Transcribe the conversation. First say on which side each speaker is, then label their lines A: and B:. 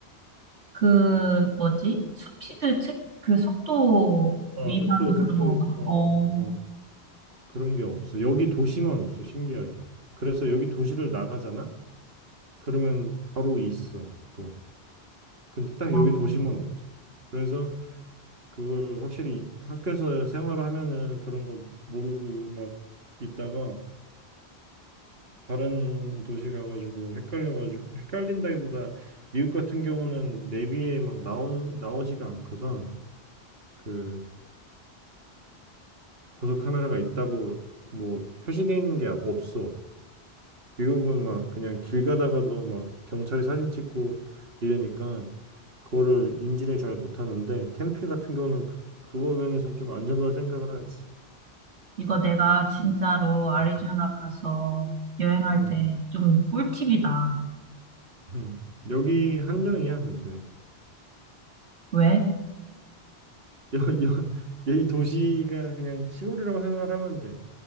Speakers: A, on the right; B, on the right.
A: 그, 뭐지? 스피드 책, 그 속도
B: 어
A: 위반
B: 속도 속도
A: 그런 건가?
B: 어,
A: 어,
B: 어 그런 게 없어 여기 도시만 없어 신기하게 그래서 여기 도시를 나가잖아 그러면 바로 있어 또 근데 딱
A: 어.
B: 여기 도시만
A: 어.
B: 없어 그래서 그걸 확실히 학교에서 생활을 하면은 그런 거 모르고 막 있다가 다른 도시 가가지고 헷갈려가지고 헷갈린다기보다 미국 같은 경우는 내비에 막 나오는 나오지가 않거든. 그 고속 카메라가 있다고 뭐 표시돼 있는 게 없어. 미국은 막 그냥 길 가다가도 막 경찰이 사진 찍고 이러니까 그거를 인지를 잘 못하는데 템피 같은 경우는 그, 그거 면에서 좀 안전하다 생각을 하지.
A: 이거 내가 진짜로 아리조나
B: 음,
A: 가서 여행할
B: 음,
A: 때 좀 꿀팁이다.
B: <laughs> 여기 한정이야 근데.
A: 왜?
B: 여, 여, 이 도시가 그냥 시골이라고 생각을 하면 돼.